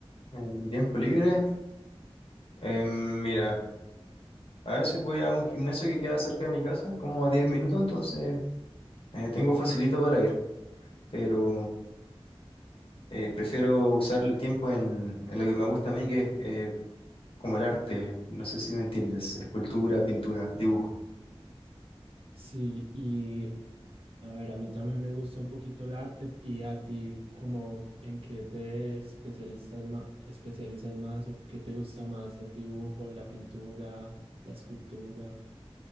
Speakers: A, on the left; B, on the right.
A: En mi tiempo libre, eh, mira, a veces voy a un gimnasio que queda cerca de mi casa, como a diez minutos, entonces eh, tengo facilito para ir, pero eh, prefiero usar el tiempo en, en lo que me gusta a mí, que es eh, como el arte, no sé si me entiendes, escultura, pintura, dibujo.
B: Sí, y A ver, a mí también me gusta un poquito el arte y a ti, como en qué te especializas más, especializas más o qué te gusta más, el dibujo, la pintura, la escultura?